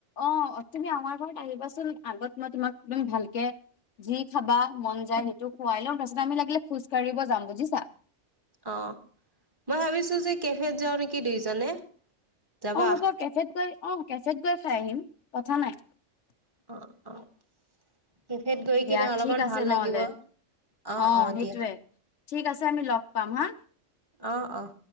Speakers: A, on the left; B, on the right.
A: অ তুমি আমাৰ ঘৰত আহিবাচোন আগত মই তোমাক দম ভালকে যি খাবা, মন যায় সেইটো খুৱাই লম তাৰপিছত আমি লাগিলে খোজ কাঢ়িব যাম বুজিছা।
B: অ মই ভাবিছো যে কেফেত যাওঁ নেকি দুইজনে। যাবা?
A: অহ হ'ব কেফেত গৈ, অহ কেফেত গৈ খাই আহিম কথা নাই।
B: অহ অহ। কেফেত গৈ
A: দিয়া
B: কিনে অলপমান
A: ঠিক আছে
B: ভাল
A: নহ'লে
B: লাগিব। অহ
A: অ
B: অহ
A: সেইটোৱে
B: দিয়া।
A: ঠিক আছে আমি লগ পাম হা।
B: অহ অহ।